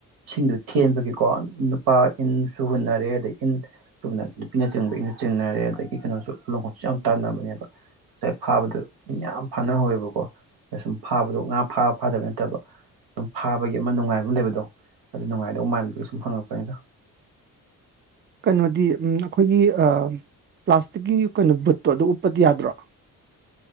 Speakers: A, on the right; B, on the right.
A: ꯁꯤꯡꯗꯨ ꯊꯦꯟꯕꯒꯤꯀꯣ ꯅꯨꯄꯥ ꯏꯟꯁꯨ ꯍꯨꯟꯅꯔꯦ ꯑꯗꯩ ꯏꯟ ꯆꯨꯝꯅ ꯅꯨꯄꯤꯅꯆꯤꯡꯕ ꯏꯁꯨ ꯆꯤꯡꯟꯅꯔꯦ ꯑꯗꯒꯤ ꯀꯩꯅꯣꯁꯨ ꯂꯣꯡꯈꯣꯛꯁꯨ ꯌꯥꯝ ꯇꯥꯟꯅꯕꯅꯦꯕ ꯉꯁꯥꯏ ꯐꯥꯕꯗ ꯃꯤ ꯌꯥꯝ ꯐꯥꯅꯍꯧꯋꯦꯕꯀꯣ ꯑ ꯁꯨꯝ ꯐꯥꯕꯗꯣ ꯉꯥ ꯐꯥꯕ ꯐꯥꯗꯕ ꯅꯠꯇꯕ ꯑꯗꯨꯝ ꯐꯥꯕꯒꯤ ꯑꯃ ꯅꯨꯡꯉꯥꯏꯕ ꯑꯃ ꯂꯩꯕꯗꯣ ꯑꯗꯨ ꯅꯨꯡꯉꯥꯏꯗꯧ ꯃꯥꯟꯕꯗꯨꯁꯨ ꯁꯨꯝ ꯍꯪꯉꯛꯄꯅꯤꯗ
B: ꯀꯩꯅꯣꯗꯤ ꯑꯩꯈꯣꯏꯒꯤ ꯄ꯭ꯂꯥꯁꯇꯤꯛꯀꯤ ꯀꯩꯅꯣ ꯕꯨꯠꯇꯣ ꯑꯗꯨꯗꯣ ꯎꯞꯄꯗꯤ ꯌꯥꯗ꯭ꯔꯣ